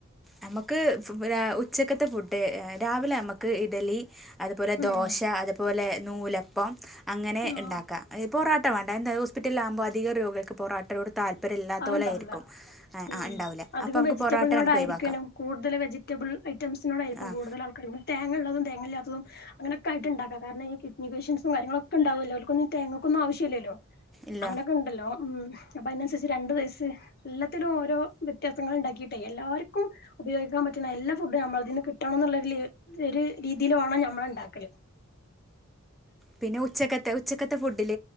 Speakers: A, in the centre; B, on the left.
A: നമുക്ക് ഉച്ചക്കത്തെ ഫുഡ് രാവിലെ നമുക്ക് ഇഡലി അതുപോലെ
B: ഉം
A: ദോശ അതുപോലെ നൂലപ്പം അങ്ങനെ
B: ആഹ്
A: ഇണ്ടാക്കാം ഇതിപ്പോറോ വേണ്ട എ ഹോസ്പിറ്റലിൽലാകുമ്പോ അധിക രോഗികക്ക് പോറട്ടോടുത്ത് താല്പര്യംയില്ലാത്ത
B: അത്
A: ഓൽ
B: ഇണ്ടാവൂല
A: ആയിരിക്കും
B: ഉം
A: ഉണ്ടാവില്ലേ
B: അധികം
A: അപ്പോ നമുക്ക്
B: വെജിറ്റബിളിനോടായിരിക്കണം
A: പൊറോട്ട നമുക്ക് ഒഴിവാക്കും
B: കൂടുതൽ വെജിറ്റബിൾ ഐറ്റംസിനോട് ആരിക്കും
A: ആ
B: കൂടുതൽ ആൾക്കാർ തേങ്ങ ഉള്ളതും തേങ്ങയില്ലാത്തതും അങ്ങനെ അങ്ങനെയൊക്കെയായിട്ട് ഇണ്ടാക്കാൻ കാാരണം ഈ കിന്ഡനി പെഷൻഡ്‌സ് കാര്യങ്ങളൊക്കെണ്ടാവില്ലോ അവർക്കന്നും തേങ്ങയ്ക്കയൊന്നും ആവശ്യയില്ലല്ലോ
A: ഇല്ല
B: അങ്ങനെയൊക്കെ ഉണ്ടല്ലോ ഒ ഉം അപ്പൊ അയിന് അനുസരിച്ചു രണ്ടു വയസ്സ് എല്ലാത്തിലും ഓരോ വ്യത്യാസങ്ങൾ ഉണ്ടാക്കിട്ടെ എല്ലാവർക്കും ഉപയോഗിക്കാൻ പറ്റുന്ന എല്ലാ ഫുഡും നമ്മളതിൽന്ന് കിട്ടണം എന്നുള്ള ഒരു രീതിയില് വേണം നമ്മൾ ഉണ്ടാക്കല്
A: പിന്നെ ഉച്ചക്കത്തെ ഉച്ചക്കത്തെ ഫുഡ് ഇതിൽ